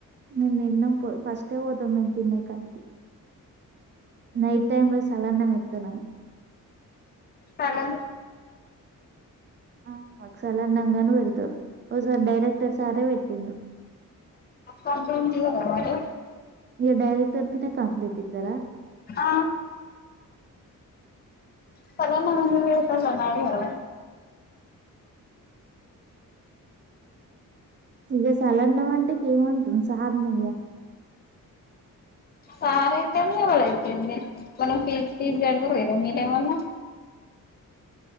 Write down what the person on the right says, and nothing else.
మేము తిన్నామ్ కొ ఫస్ట్ పోతాం మేము తినేకాడికి నైట్ టైమ్ లో సలన్నం ఎత్తన్నాను
ఆ ఒకసాల అన్నంగానే పెడతారు ఓ సార్ డైరెక్టర్ సారే పెట్టిడు
ఇ డైరెక్టర్ మీద కంప్లీట్ ఇస్తారా
ఇగ సలన్నమంటే ఏమంటరు సార్ నిగ